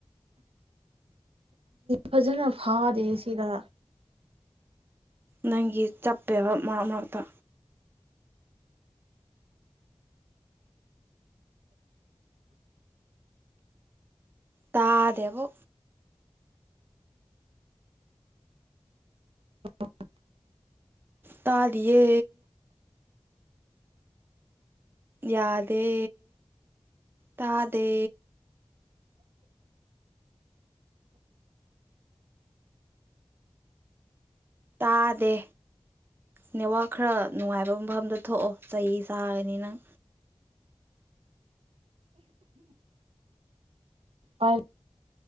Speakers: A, on the right (about 70°); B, on the right (about 20°).
A: ꯐꯖꯅ ꯐꯥꯗꯦ ꯁꯤꯗ
B: ꯅꯪꯒꯤ ꯆꯞꯄꯦꯕ ꯃꯔꯛ ꯃꯔꯛꯇ ꯇꯥꯗꯦꯕꯨ
A: <inaudible>
B: ꯇꯥꯗꯤꯌꯦ ꯌꯥꯗꯦ ꯇꯥꯗꯦ ꯇꯥꯗꯦ ꯅꯦꯠꯋꯥꯛ ꯈꯔ ꯅꯨꯡꯉꯥꯏꯕ ꯃꯐꯝꯗ ꯊꯣꯛꯑꯣ ꯆꯩ ꯆꯥꯒꯅꯤ ꯅꯪ
A: <inaudible>